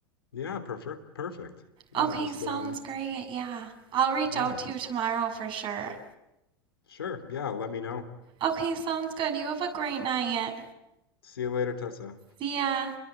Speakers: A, on the left; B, on the right.
A: Yeah, prefer perfect. Yeah,
B: Okay,
A: just
B: sounds
A: um,
B: great. Yeah, I'll reach
A: yeah,
B: out to you tomorrow for sure.
A: sure. Yeah, let me know.
B: Okay, sounds good. You have a great night.
A: See you later, Tessa.
B: See ya.